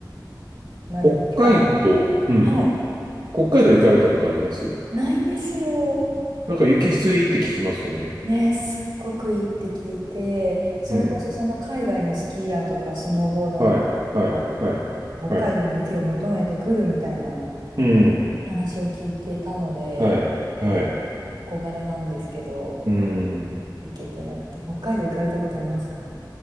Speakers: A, on the right; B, on the right.
A: まあでも近場なので。
B: 北海道、うん。
A: はい。
B: 北海道行かれたことあります
A: ないんですよ。
B: なんか雪質いいって聞きますよね。
A: ね、すっごくいいって聞いて、それこそその海外のスキーヤーとかスノーボーダーも、
B: うん。はい。はい。
A: こう、
B: はい。
A: 北海道の雪を求めてくるみたいな
B: はい。うん。
A: 話を聞いてたので、
B: はい。はい。
A: 憧れなんですけど。
B: うん。
A: 行けてなくて、北海道行かれたことありますか